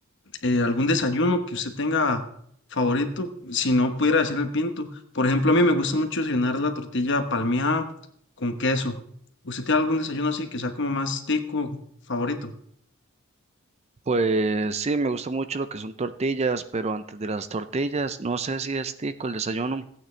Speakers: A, on the left; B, on the right.
A: eh, algún desayuno que usted tenga favorito, si no pudiera decir el pinto. Por ejemplo, a mí me gusta mucho desayunar la tortilla palmeada con queso. ¿Usted tiene algún desayuno así que sea como más tico favorito?
B: Pues sí, me gusta mucho lo que son tortillas, pero antes de las tortillas, no sé si es tico el desayuno,